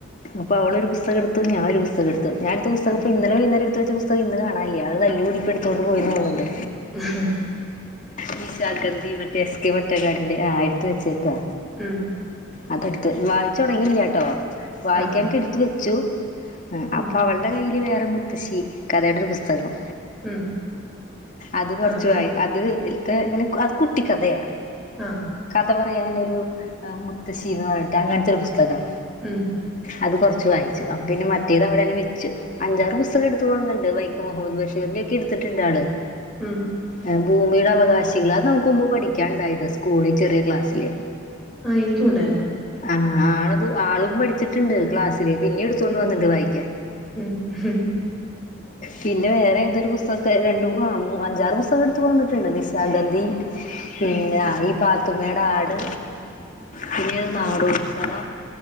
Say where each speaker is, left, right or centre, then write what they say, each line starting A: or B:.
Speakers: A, on the left; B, in the centre.
A: അപ്പൊ അവളൊരു പുസ്തകം എടുത്തു ഞാനൊരു പുസ്തകം എടുത്തു ഞാനെടുത്ത പുസ്തകം
B: ആഹ്
A: ഇന്നലെ വൈന്നേരം എടുത്ത വച്ച പുസ്തകം ഇന്ന്കാണാല്യ അത് തല്ലു കൂടിയപ്പോഎടുത്തോണ്ട് പോയി തോന്നുണ്ട്
B: <inaudible>
A: നിശാഗന്ധി മറ്റേ എസ് കെ പൊറ്റക്കാടിന്റെ ആഹ എടുത്ത വെച്ചേക്കാ
B: ഉം
A: അതെടുത്ത് വായിച്ചു തുങ്ങിയില്ലാട്ടോ വായിക്കാനായിട്ട്
B: ആഹ്
A: എടുത്ത് വെച്ചു
B: ഉം
A: അപ്പൊ അവളുടെ കയ്യിൽ വേറെ മു ത്തശി കഥെടെ ഒരു പുസ്തകം
B: ഉം
A: അത് കൊറച്ചു
B: ആഹ്
A: വായി അത് അത് കുട്ടികഥയാ
B: ആഹ്
A: കഥ പറയാനൊരുഎഹ്മുത്തശ്ശി എന്ന് പറഞ്ഞിട്ട് അങ്ങനത്തെ ഒരു പുസ്തകം
B: ഉം
A: അത് കൊറച്ചു വായിച്ചു അപ്പൊ പിന്നെ മറ്റേത് അവിടെന്നെ വെച്ചു അഞ്ചാറ് പുസ്തകെട്ത്ത് കൊട്ന്ന്ണ്ട് വൈക്കം മുഹമ്മദ് ബഷീറിന്റെക്കെട്ത്തിട്ട്ണ്ടാള്.
B: ഉം
A: ഏഹ് ഭൂമിയുടെ അവകാശികൾ
B: ആഹ്
A: അത് നമക്ക് മുമ്പേ പഠിക്കാൻണ്ടായതാ സ്കൂളി ചെറ്യേ ക്ലാസ്സില്.
B: ആഹ് ഇൻക്കുണ്ടായിര്ന്നു.
A: ആഹ് ആളത് ആളും പഠിച്ചിട്ട്ണ്ട് ക്ലാസ്സി സില് പിന്നീട്ത്തോണ്ട്
B: ഉം
A: വന്ന്ത് വായിക്ക്യാൻ
B: ഉം ഉം
A: പിന്നെ വേറെതൊരു പുസ് സൊക്കെ രണ്ട്മൂന്നാ മൂ അഞ്ചാറ് പുസ്തകെട്ത്ത് വന്ന്ട്ട്ണ്ട് നിശാഗന്ധി പിന്നെ
B: ഉം
A: അയി പാത്തുമ്മയുടെ ആട് പിന്നേത് നാടോടികഥ
B: ആഹ്